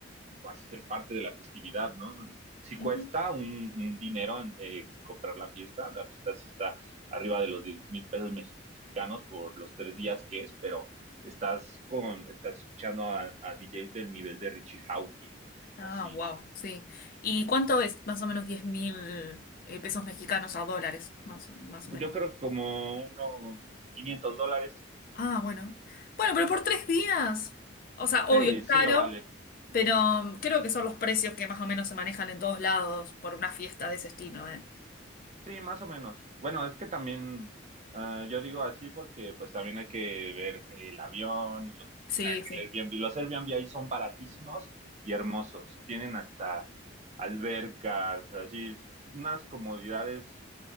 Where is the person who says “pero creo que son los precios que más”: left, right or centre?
Left